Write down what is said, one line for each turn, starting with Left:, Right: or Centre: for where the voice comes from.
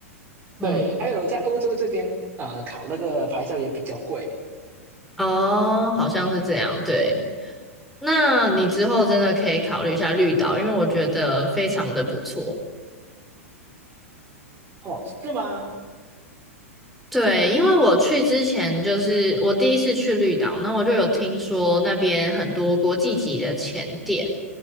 Centre: 嗯，
Right: 对，还有在欧洲这边，呃，考那个牌照也比较贵
Centre: 哦，好像是这样。对，那你之后真的可以考虑一下绿岛，因为我觉得非常的不错。
Right: 哦，是吗？
Centre: 对，因为我去之前就是我第一次去绿岛，那我就有听说那边很多国际级的潜点，